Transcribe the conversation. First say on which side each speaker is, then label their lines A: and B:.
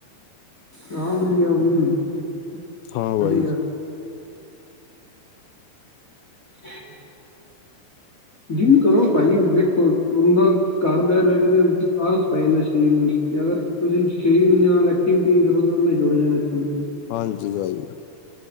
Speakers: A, on the left (about 35°); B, on the left (about 80°).
A: ਹਾਂ ਵਧੀਆ ਉਹ ਵੀ
B: ਹਾਂ ਬਾਈ
A: ਵਧੀਆ। <inaudible> ਜਿੰਮ ਕਰੋ ਭਾਈ ਵੇਖੋ, ਹੂਨਨਾ ਘਾੱਰ ਬੈ-ਬੈ ਕੇ ਤੇ ਆਲਸ ਪੈ ਜਾਂਦਾ ਸਰੀਰ ਨੂੰ ਅਗਰ ਤੁਸੀਂ ਸਰੀਰ ਨਾਲ ਐਕਟੀਵਿਟੀ ਨੀ ਕਰੋਗੇ ਉਹੇ ਜੁੜ ਜਾਣਾ ਸਰੀਰ ਨੂੰ
B: ਹਾਂਜੀ ਵਾਈ।